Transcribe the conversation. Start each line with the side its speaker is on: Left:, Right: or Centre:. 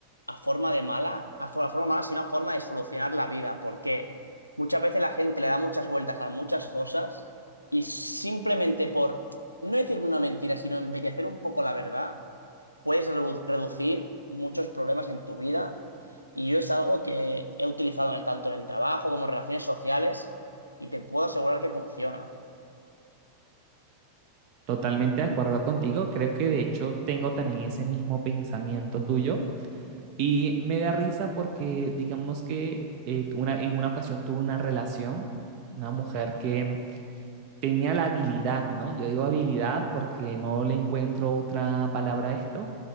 Left: a forma de mala, a fo- a forma mala, sino a forma de solucionar la vida, porque muchas veces la gente le da muchas vueltas a muchas cosas y simplemente por no decir una mentira, sino embellecer un poco la verdad puedes redu- reducir muchos problemas en tu vida. Y yo es algo que he utilizado en el- tanto en el trabajo como en relaciones sociales y te puedo asegurar que funciona.
Right: Totalmente de acuerdo contigo, creo que de hecho tengo también ese mismo pensamiento tuyo y me da risa porque digamos que eh, una- en una ocasión tuve una relación, una mujer que tenía la habilidad, ¿no? Yo digo habilidad porque no le encuentro otra palabra a esto,